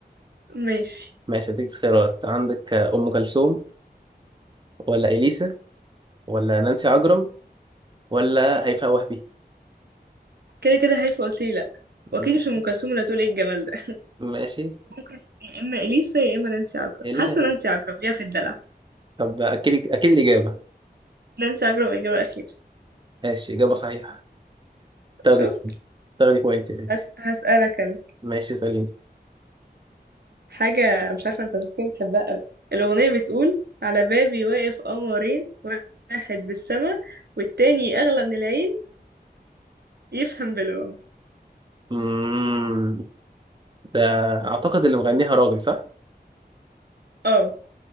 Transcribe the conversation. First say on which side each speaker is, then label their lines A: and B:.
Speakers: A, on the right (about 70°); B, on the right (about 25°).
A: ماشي
B: ماشي اديك اختيارات عندك آه، ام كلثوم ولا اليسا ولا نانسي عجرم ولا هيفاء وهبي
A: كده كده هايفة قلتلي لا واكيد
B: م-
A: مش ام كلثوم اللي هتقول ايه الجمال ده
B: ماشي
A: <laughs> يا اما اليسا يا اما نانسي عجرم
B: اليسا
A: حاسة نانسي عجرم ليها في الدلع
B: طب اكيد اكيد الاجابة
A: نانسي عجرم إجابة أخيرة
B: ماشي اجابة صحيحة تاخدي
A: شوف
B: بوينت تاخدي بوينت يا ستي
A: هس... هسألك أنا
B: ماشي سليم
A: حاجة مش عارفة أنت بتكون بتحبها أوي الأغنية بتقول على بابي واقف قمرين واحد بالسما والتاني أغلى من العين يفهم بالوم
B: امم ده اعتقد اللي مغنيها راجل صح؟
A: اه